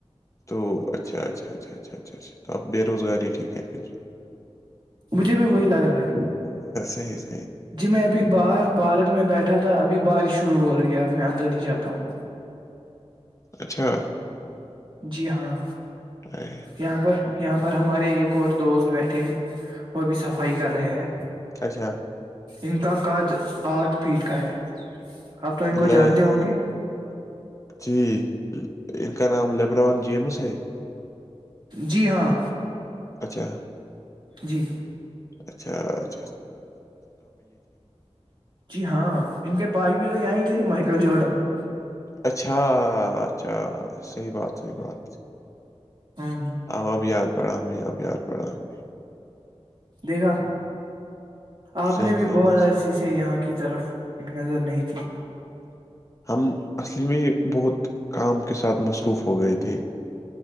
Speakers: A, on the left; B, on the right.
A: تو اچھا اچھا اچھا اچھا اچھا اچھا تو آپ بے روزگاری ٹھیک ہیں پھر
B: مجھے بھی وہی لگ رہا ہے
A: صی <inaudible>
B: جب میں ابھی باہر پارک میں بیٹھا تھا ابھی ب بارش شروع ہو رہی ہے اب میں اندر ہی جاتا ہوں
A: اچھا
B: جی ہاں
A: اے،
B: یہاں پر یہاں پر پر ہمارے ایک اور دوست بیٹھے ہے وہ ا بھی صفائی کر رہے ہے
A: اچھا
B: ان کا قد آٹھ فٹ کا ہے آپ تو ان کو
A: نہیں
B: جانتے ہوں گے
A: جی ان کا کا نام لبران جیمس ہے ہے
B: جی ہاں
A: اچھا
B: جی
A: اچھاچھا
B: جی ہاں ان کے بھائی بھی تو یہ ہی تھے م جڈن <unintelligible>
A: اچھا اچھا صحی بات صحی بات
B: ہاں
A: او ااب یاد پڑھا ہم یا پیاد پڑھا ہم
B: دیکھا آپ
A: صحیح
B: نے بھی
A: صحیح
B: بہت
A: بات
B: عرصے سے یہاں کی طرف نظر نہیں تھی
A: ہم اصلی میں بہت کام کے ساتھ مصروف ہو گئے تھے